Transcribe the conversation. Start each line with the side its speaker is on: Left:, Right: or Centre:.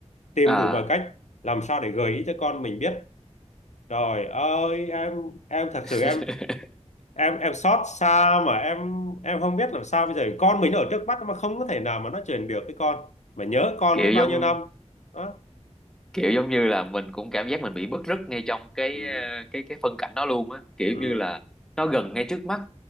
Left: tìm
Centre: à
Left: đủ mọi cách làm sao để gợi ý cho con mình biết trời ơi em em thật
Centre: <laughs>
Left: sự em em em xót xa mà em em không biết làm sao bây giờ con mình nó ở trước mắt mà không có thể nào mà nó truyền được cái con mà nhớ con
Centre: kiểu
Left: biết
Centre: giống
Left: bao nhiêu năm đó
Centre: kiểu giống như là mình cũng cảm giác mình bị bứt rứt ngay trong cái
Left: ừ,
Centre: ờ, cái cái phân cảnh đó luôn á kiểu
Left: ừ,
Centre: như là nó gần ngay trước mắt